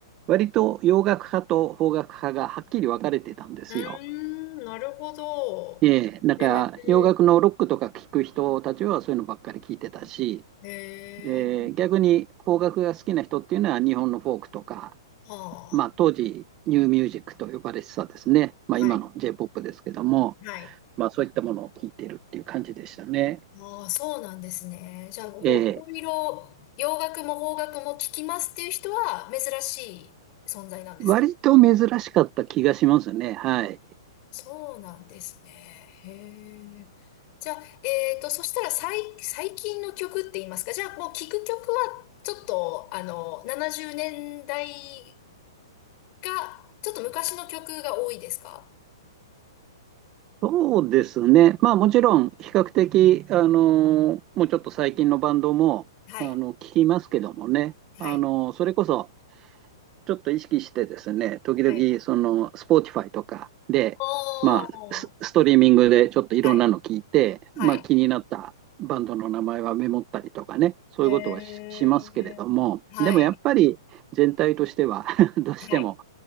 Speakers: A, on the right; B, on the left.
A: 割と洋楽派と邦楽派がはっきり分かれてたんですよ。
B: うーん、なるほど。
A: えんだから洋楽のロックとか聴く人たちはそういうのばっかり聴いてたし、
B: へえ、へえ、
A: えー逆に邦楽が好きな人っていうのは日本のフォークとか、
B: はあ、
A: まあ、当時ニューミュージックと呼ばれてたですね、まあ、
B: はい、
A: 今の J-POP ですけども、
B: はい。
A: まあ、そういったものを聴いてるっていう感じでしたね。
B: ああ、そうなんですね。じゃあ、こう、
A: えー
B: いろいろ洋楽も邦楽も聞きますっていう人は珍しい存在なんですか
A: 割と珍しかった気がしますね。はい。
B: そうなんですね。へえ。じゃあ、えっと、そしたら最、最近の曲って言いますか。じゃあ、もう聴く曲は、ちょっと、あの、70年代が、ちょっと昔の曲が多いですか
A: そうですね。まあもちろん比較的、あのもうちょっと最近のバンドも、
B: はい、
A: あの、聞きますけどもね。
B: はい、
A: あのそれこそちょっと意識してですね、時々その、
B: はい、
A: Spotify とかで、
B: お
A: まあス、
B: ー。
A: ストリーミングでちょっといろんなの聞いて、
B: はい、はい。
A: まあ気になったバンドの名前はメモったりとかね、そういうことはし、
B: へえ、
A: しますけれども、
B: はい、
A: でもやっぱり全体としては <laughs> どうしても
B: はい、